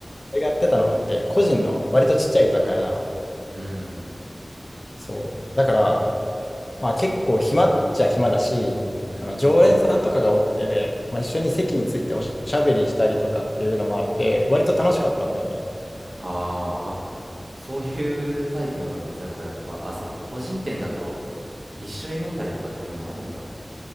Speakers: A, on the left; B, on the right.
A: 俺がやってたのって、個人の割とちっちゃい居酒屋なのね。
B: うん
A: そう。だから、まあ結構暇っちゃ暇だし、
B: うん
A: あの常連さんとかが多くて、まあ、一緒に席についておしゃべりしたりとかっていうのもあって、割と楽しかったんだよね。
B: うんああーあそういうタイプの居酒屋かあそっか個人店だと一緒に飲んだりとかっていうのもあるんだ